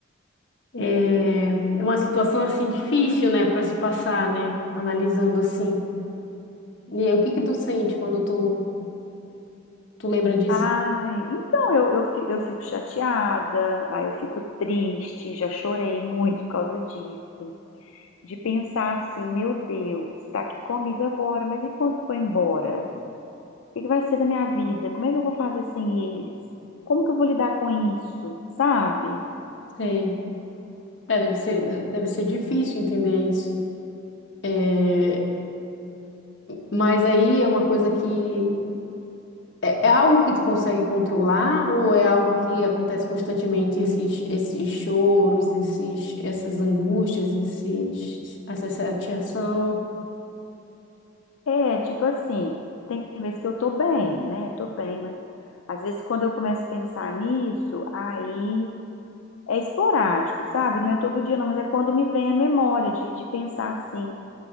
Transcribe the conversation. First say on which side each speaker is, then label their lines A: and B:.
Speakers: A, on the left (about 60°); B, on the left (about 85°).
A: É, é uma situação assim difícil, né, para se passar, né? Analisando assim. E aí, o que que tu sente quando tu, tu lembra disso?
B: Ai, então eu, eu, fi- eu fico chateada, aí eu fico triste, já chorei muito por causa disso. de pensar assim, meu Deus, está aqui comigo agora, mas e quando for embora? O que que vai ser da minha vida? Como é que eu vou fazer sem eles? Como que eu vou lidar com isso? Sabe?
A: Sei. É, deve ser, deve ser difícil entender isso. É, mas aí é uma coisa que É, é algo que tu consegue controlar ou é algo que acontece constantemente, esses, esses choros, esses, essas angústias, esses, essa chateação?
B: É, tipo assim, tem vezes que eu tô bem, né? Tô bem, mas às vezes quando eu começo a pensar nisso, aí é esporádico, sabe? Não é todo dia, não, mas é quando me vem a memória de, de pensar assim.